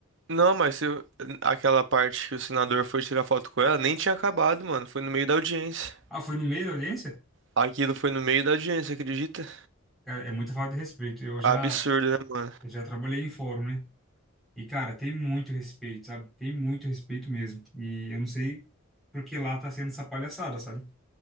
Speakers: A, on the right; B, in the centre.
A: Não, mas se, eu- aquela parte que o senador foi tirar foto com ela, nem tinha acabado, mano. Foi no meio da audiência.
B: Ah, foi no meio da audiência?
A: Aquilo foi no meio da audiência, acredita?
B: Cara, é muita falta de respeito. Eu já,
A: Absurdo, né, mano?
B: eu já trabalhei em fórum, né? E, cara, tem muito respeito, sabe? Tem muito respeito mesmo. E eu não sei por que lá tá sendo essa palhaçada, sabe?